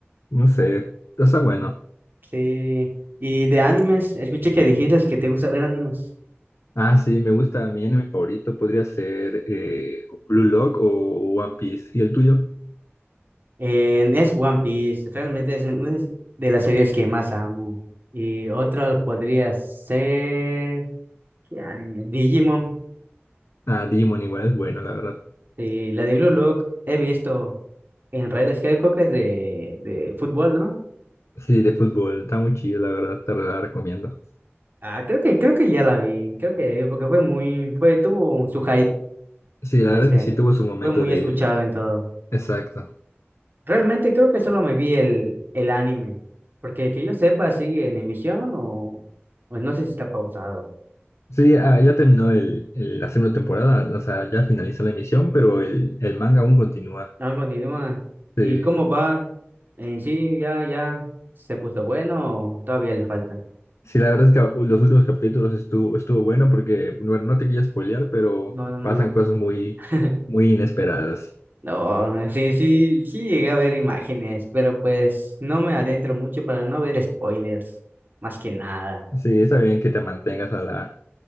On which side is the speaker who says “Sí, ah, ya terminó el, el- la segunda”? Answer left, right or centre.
Left